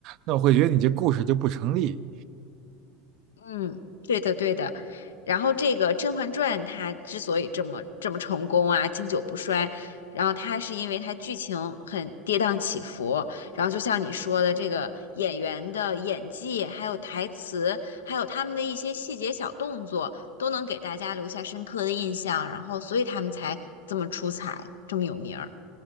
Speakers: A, on the right; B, on the left.
A: 那我会觉得你这故事就不成立，
B: 嗯，对的，对的。然后这个《甄嬛传》它之所以这么这么成功啊，经久不衰，然后它是因为它剧情很跌宕起伏，然后就像你说的，这个演员的演技，还有台词，还有他们的一些细节小动作，都能给大家留下深刻的印象，然后所以他们才这么出彩，这么有名儿。